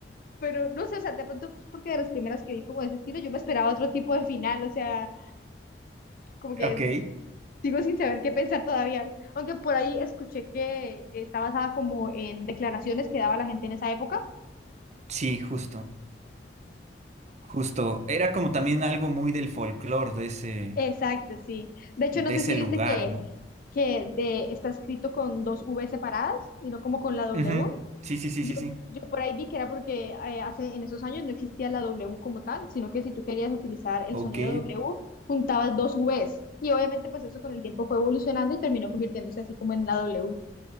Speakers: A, on the left; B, on the right.
A: pero no sé, o sea, de pronto es porque de las primeras que vi como de ese estilo, yo me esperaba otro tipo de final, o sea, como que
B: Ok.
A: sigo sin saber qué pensar todavía. Aunque por ahí escuché que está basada como en declaraciones que daba la gente en esa época
B: Sí, justo, justo. Era como también algo muy del folclore de ese,
A: Exacto, sí. De hecho,
B: de
A: no sé
B: ese
A: si viste
B: lugar,
A: que,
B: ¿no?
A: que de, está escrito con dos V separadas y no como con la W.
B: Ujú. Sí, sí, sí,
A: Yo,
B: sí, sí.
A: yo por ahí vi que era porque eh, hace, en esos años no existía la W como tal, sino que si tú querías utilizar el
B: Ok.
A: sonido W, juntabas dos Vs. Y obviamente pues eso con el tiempo fue evolucionando y terminó convirtiéndose así como en la W.